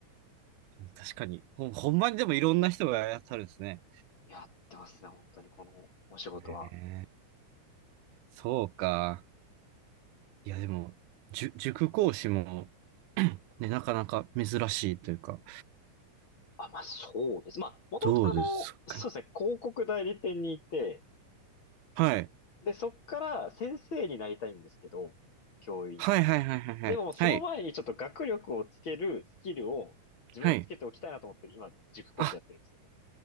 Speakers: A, on the right; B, on the left.
A: 確かに。ほ、ほんまにでもいろんな人がやったるんですね。
B: やってますね、本当に、このお仕事は。
A: ねえそうか。いや、でも、じゅ、塾講師も <clears throat> ね、なかなか珍しいというか、
B: あ、まあ、そうです。まあ、もともとあの、
A: どうですかね。
B: そうですね、広告代理店にいて、
A: はい。
B: で、そっから先生になりたいんですけど、教員の。
A: はいはいはいはいはい。
B: でも、その前にちょっと学力をつけるスキルを自分でもつけておきたいなと思って、
A: はい。はい。
B: 今、塾講師やってるんですよ
A: あ、